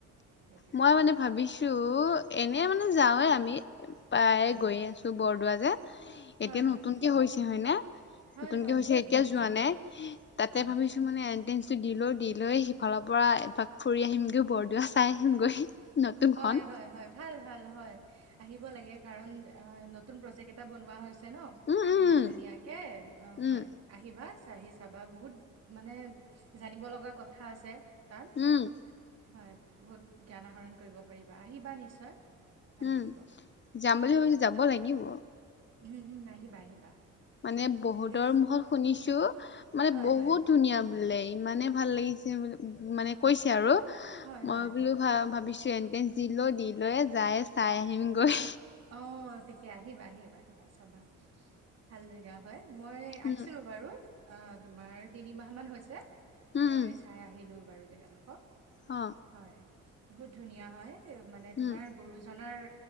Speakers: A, on the right; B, on the left.
A: সেইটোৱে
B: মই
A: সেইটোৱে।
B: মানে ভাবিছো। উ এনে মানে যাওৱে আমি প্ৰায়ে
A: হয়, হয়,
B: গৈ আছো বৰদোৱা যে।
A: হয়,
B: এতিয়া
A: হয়,
B: নতুনকে হৈছে হয়নে?
A: হয়,
B: নতুনকে
A: হয়,
B: হৈছে
A: হয়,
B: এতিয়া
A: নতুন
B: যোৱা
A: ঠাই
B: নাই
A: চোৱা।
B: তাতে
A: উম,
B: ভাবিছো মানে এণ্ট্ৰেন্স টো দি লও দি। লৈ সিফালৰ পৰা এপাক ফুৰি আহিমগৈ বৰদোৱা চাই আহিমগৈ। নতুনখন
A: হয় হয় হয় ভাল ভাল হয়। আহিব লাগে কাৰণ অ নতুন প্ৰজেক্ট এটা বনোৱা হৈছে। আছে ন
B: উম উম
A: বহুত ধুনীয়াকে অ
B: উম
A: হয় আহিবা। চাহি চাবা বহুত মানে জানিব লগা কথা আছে। তাত,
B: উম।
A: হয় বহুত জ্ঞান আহৰণ কৰিব পাৰিবা আহিবা নিশ্চয়। ভাল
B: উম
A: লাগিব
B: যাম বুলি
A: সেইটোৱে।
B: ভাবিছোঁ যাব লাগিব।
A: উম উম আহিবা আহিবা।
B: মানে বহুতৰ
A: তাতে
B: মুখত শুনিছো মানে
A: হয়,
B: বহুত
A: হয়,
B: ধুনীয়া। বোলে ইমানে ভাল লাগিছে মানে কৈছে আৰু
A: হয়, হয়,
B: মই
A: হয়।
B: বোলো ভ ভাবিছো। এণ্ট্ৰেন্স দি লও দি লৈ যায় চাই আহিমগৈ।
A: অ' তেতিয়া আহিবা আহিবা আহিবা চাবা। ভাল জেগা হয়। মই আহিছিলো
B: উম
A: বাৰু অ' তোমাৰ তিনিমাহ মান হৈছে।
B: উম
A: মই চাই আহিলো বাৰু জেগাডোখৰ
B: অ
A: হয় বহুত ধুনীয়া হয়। মানে তোমাৰ
B: উম
A: গুৰুজনাৰ